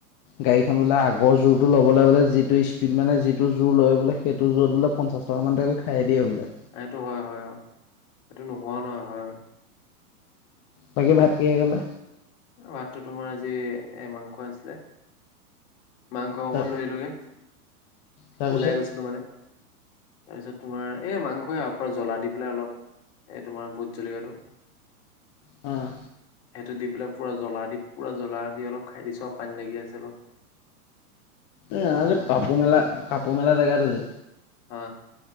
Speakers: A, on the left (about 35°); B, on the left (about 50°).
A: গাড়ীখন বোলে আগৰ যোৰটো ল'বলৈ বোলে যিটো স্পীড মানে যিটো যোৰ লয় বোলে সেইটো যোৰত বোলে পঞ্চাছ টকামান তেল খাই দিয়ে বোলে
B: এইটো হয় হয়, অ', এইটো নোহোৱা নহয় হয় মানে।
A: বাকী ভাত কিহে খালা?
B: ভাতটো তোমাৰ আজি এ মাংস আনিছিলে। মাংস অকমান
A: তাৰ
B: লৈ আনিলোগে
A: তাৰপিছত
B: ওলাই গৈছিলোঁ মানে। তাৰপিছত তোমাৰ এ মাংসই তাৰ পৰা জ্বলা দি পেলাই অলপ এনে তোমাৰ ভোট জলকটো
A: অঁ
B: সেইটো দি পেলাই পুৰা জ্বলা দি পুৰা জ্বলা দি অলপ খাই দিছো আৰু পানী লাগি আছে অলপ। <inaudible>
A: এই যে
B: হৈ যাব
A: কাপোৰ মেলা কাপোৰ মেলা জেগাটো যে
B: অ